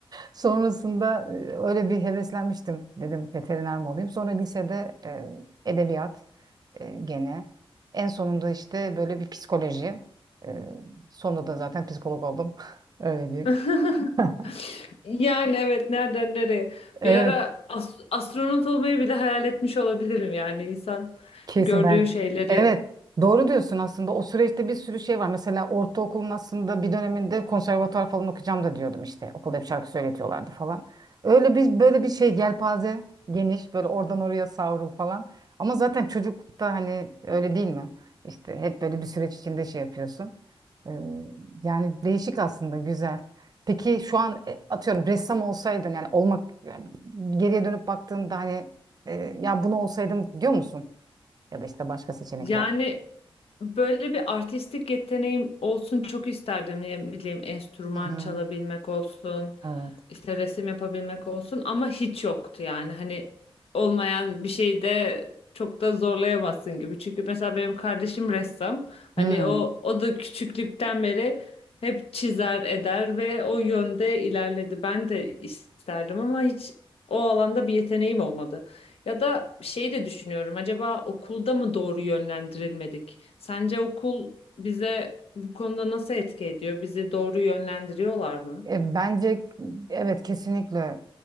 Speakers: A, on the right; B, on the left.
A: Sonrasında e, öyle bir heveslenmiştim dedim veteriner mi olayım. Sonra lisede e, edebiyat e, gene. En sonunda işte böyle bir psikoloji. E, sonunda da zaten psikolog oldum. <laughs> Öyle diyeyim.
B: <laughs>
A: <laughs>
B: Yani evet nereden nereye?
A: Evet.
B: Bir ara as- astronot olmayı bile hayal etmiş olabilirim yani insan
A: Kesin
B: gördüğü
A: ben.
B: şeyleri
A: Evet, doğru diyorsun aslında. O süreçte bir sürü şey var. Mesela ortaokulun aslında bir döneminde konservatuvar falan okuyacağım da diyordum işte. Okulda bir şarkı söyletiyorlardı falan. Öyle bir böyle bir şey yelpaze geniş böyle oradan oraya savrul falan. Ama zaten çocuklukta hani öyle değil mi? İşte hep böyle bir süreç içinde şey yapıyorsun. Ee, yani değişik aslında güzel. Peki şu an e, atıyorum ressam olsaydın yani olmak yani geriye dönüp baktığında hani e, ya bunu olsaydım diyor musun? Ya da işte başka seçenekler.
B: Yani böyle bir artistik yeteneğim olsun çok isterdim. Ne bileyim enstrüman
A: Hı hı.
B: çalabilmek olsun,
A: Evet.
B: işte resim yapabilmek olsun ama hiç yoktu yani. Hani olmayan bir şeyde çok da zorlayamazsın gibi. Çünkü mesela benim kardeşim ressam. Hani
A: Hı.
B: o o da küçüklükten beri hep çizer eder ve o yönde ilerledi. Ben de isterdim ama hiç o alanda bir yeteneğim olmadı. Ya da şeyi de düşünüyorum. Acaba okulda mı doğru yönlendirilmedik? Sence okul bize bu konuda nasıl etki ediyor? Bizi doğru yönlendiriyorlar mı?
A: E, Bence evet kesinlikle